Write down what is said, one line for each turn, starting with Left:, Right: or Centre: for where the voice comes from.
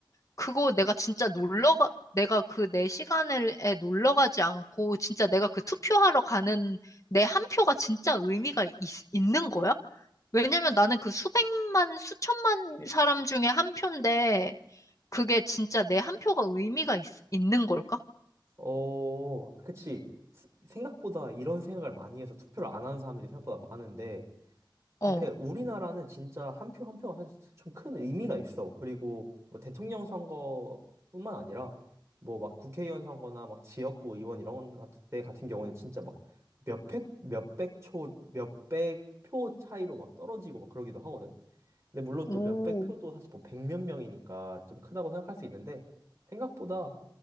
Left: 그거 내가 진짜 놀러 가, 내가 그 내 시간에 놀러 가지 않고 진짜 내가 그 투표하러 가는 내 한 표가 진짜 의미가 있, 있는 거야? 왜냐면 나는 그 수백만, 수천만 사람 중에 한 표인데 그게 진짜 내 한 표가 의미가 있, 있는 걸까?
Right: 어 그치. 스- 생각보다 이런 생각을 많이 해서 투표를 안 하는 사람들이 생각보다 많은데
Left: 어,
Right: 근데 우리나라는 진짜 한 표 한 표가 사실 좀 큰 의미가 있어. 그리고 뭐 대통령 선거뿐만 아니라 뭐 막 국회의원 선거나 막 지역구 의원 이런 것 같은 때 같은 경우는 진짜 막 몇백 몇백 초 몇백 표 차이로 막 떨어지고 막 그러기도 하거든. 근데 물론
Left: 오,
Right: 또 몇백 표도 사실 뭐 백몇 명이니까 좀 크다고 생각할 수 있는데 생각보다